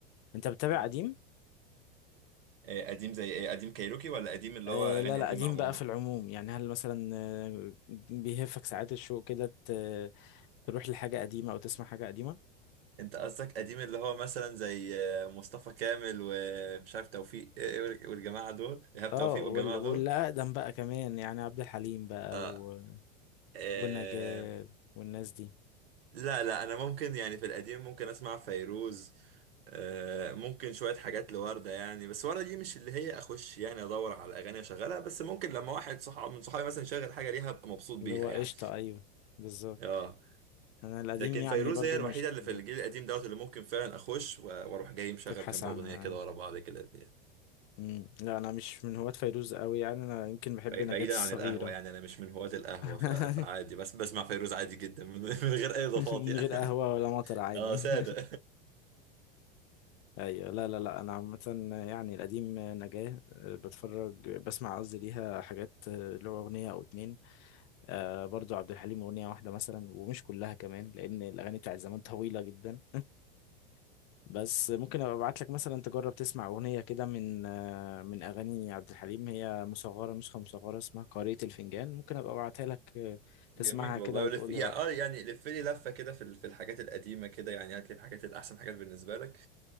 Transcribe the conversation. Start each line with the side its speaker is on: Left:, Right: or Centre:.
Left: أنت بتتابع
Right: كده
Left: قديم؟
Right: إيه قديم زي ايه قديم كايروكي ولا قديم اللي
Left: آه
Right: هو اغاني
Left: لا لا
Right: قديمه
Left: قديم
Right: عموما
Left: بقى في العموم يعني هل مثلا آه، بيهفك ساعات الشوق كده ت- تروح لحاجة قديمة أو تسمع حاجة قديمة؟
Right: انت قصدك قديم اللي هو مثلا زي آه، مصطفى كامل ومش عارف توفيق آه، إيه وال- والجماعه دول ايهاب
Left: اه
Right: توفيق
Left: وال...
Right: والجماعه
Left: واللي
Right: دول
Left: اقدم بقى كمان يعني عبد الحليم بقى
Right: لا
Left: و...
Right: إيه
Left: ونجاة والناس دي
Right: لا لا انا ممكن يعني في القديم ممكن اسمع فيروز آه، ممكن شويه حاجات لوردة يعني بس وردة دي مش اللي هي اخش يعني ادور على اغاني اشغلها بس ممكن لما واحد صحاب من صحابي مثلا يشغل حاجه ليها ابقى مبسوط بيها
Left: اللي هو قشطة
Right: يعني
Left: ايوه بالظبط
Right: اه
Left: انا القديم
Right: لكن
Left: يعني
Right: فيروز
Left: برضو
Right: هي الوحيده
Left: مش
Right: اللي في الجيل القديم دوت اللي ممكن فعلا اخش و- واروح جاي مشغل
Left: تبحث
Right: كام
Left: عنها
Right: اغنيه كده
Left: ايوه
Right: ورا بعض كده دي.
Left: مم. لا انا مش من هواة فيروز قوي يعني انا يمكن بحب
Right: بعي-
Left: نجاة
Right: بعيدا
Left: الصغيرة
Right: عن القهوه يعني انا مش من هواة القهوه
Left: <laughs>
Right: ف- فعادي بس بسمع فيروز عادي جدا من, <laughs> من غير اي اضافات
Left: من
Right: يعني
Left: غير قهوة ولا مطر
Right: <laughs>
Left: عادي
Right: اه ساده
Left: <laughs> ايوه لا لا لا انا عامة يعني القديم نجاة آه، بتفرج بسمع قصدي ليها حاجات آه، اللي هو اغنية او اتنين آه برضو عبد الحليم أغنية واحدة مثلا ومش كلها كمان لأن الأغاني بتاعت زمان طويلة جدا <laughs> بس ممكن أبقى أبعت لك مثلا تجرب تسمع أغنية كده من آه من أغاني عبد الحليم هي مصغرة نسخة مصغرة اسمها قارئة الفنجان ممكن أبقى أبعتها لك آه، تسمعها
Right: جميل
Left: كده
Right: والله
Left: وتقول
Right: ولف يعني
Left: لي رأيك
Right: اه يعني لف لي لفه كده في ال- في الحاجات القديمه كده يعني هات لي الحاجات الاحسن حاجات بالنسبه لك